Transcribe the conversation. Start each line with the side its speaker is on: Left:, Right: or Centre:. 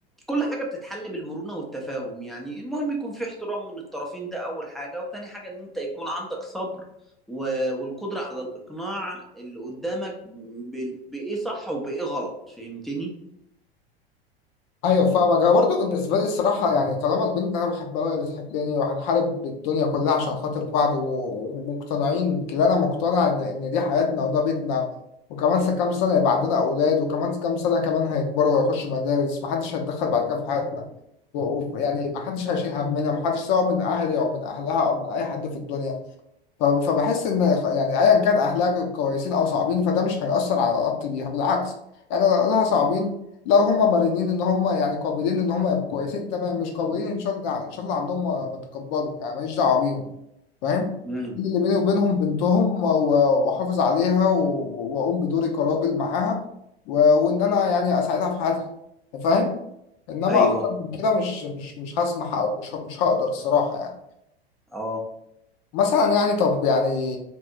Centre: كل حاجة بتتحل بالمرونة والتفاهم يعني المهم يكون في احترام من الطرفين ده أول حاجة وتاني حاجة إن أنت يكون عندك صبر و- والقدرة على الإقناع اللي قدامك ب- بإيه صح وبإيه غلط فهمتني؟
Left: ايوه فاهمك انا برضه بالنسبه لي الصراحه يعني طالما البنت اللي انا بحبها وهي بتحبني وهنحارب الدنيا كلها عشان خاطر بعض و- ومقتنعين كلنا انا مقتنع ان ان دي حياتنا وده بيتنا وكمان س- كام سنه يبقى عندنا اولاد وكمان كام سنه كمان هيكبروا ويخشوا مدارس محدش هيتدخل بعد كده في حياتنا و- و- يعني محدش هيشيل همنا محدش سواء من اهلي او من اهلها او من اي حد في الدنيا ف- فبحس ان خ- يعني ايا كان اهلها كويسين او صعبين فده مش هيأثر على علاقتي بيها بالعكس يعني لو اهلها صعبين لو هم مرنين ان هم يعني قابلين ان هم يبقوا كويسين تمام مش قابلين ان شاء الله يعني ان شاء الله عندهم ما ما تكبروا يعني ماليش دعوه بيهم فاهم
Centre: امم
Left: اللي بيني وبينهم بنتهم و- واحافظ عليها و- واقوم بدوري كراجل معاها و- وان انا يعني اساعدها في حياتها فاهم انما
Centre: ايوه
Left: اكتر من كده مش مش مش هسمح او مش مش هقدر الصراحه يعني
Centre: اه
Left: مثلا يعني طب يعني